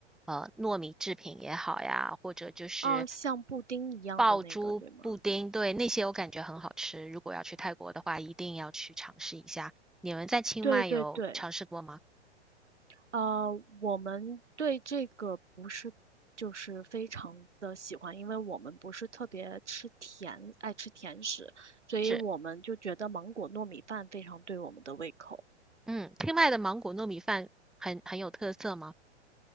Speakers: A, in the centre; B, on the right.
A: 呃糯米制品也好呀，或者就是
B: 哦，像布丁一样的那个，
A: 爆珠布丁，
B: 对吗？
A: 对，那些我感觉很好吃。如果要去泰国的话，一定要去尝试一下。你们在清迈有尝试过吗？
B: 对对对，呃，我们对这个不是就是非常的喜欢，因为我们不是特别吃甜，爱吃甜食，所以我们就觉得芒果糯米饭非常对我们的胃口。
A: 是。嗯，清迈的芒果糯米饭很很有特色吗？